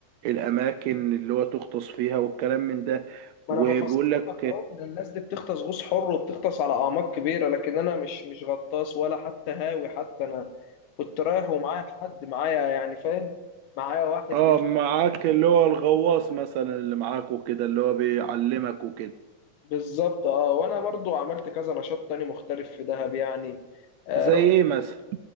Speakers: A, on the right; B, on the left.
A: الاماكن اللي هو تغطس فيها والكلام من ده
B: ما
A: وبيقول
B: انا بفسر
A: لك
B: لك اهو ان الناس دي بتغطس غوص حر وبتغطس على اعماق كبيرة لكن انا مش مش غطاس ولا حتى هاوي حتى انا كنت رايح ومعايا حد معايا يعني فاهم معايا واحد
A: اه
B: بيغطس
A: معاك اللي هو الغواص مثلا اللي معاك وكده اللي هو بيعلمك وكده
B: بالظبط اه وانا برضو عملت كذا نشاط تاني مختلف في دهب يعني آه
A: زي
B: رحت
A: ايه مثلا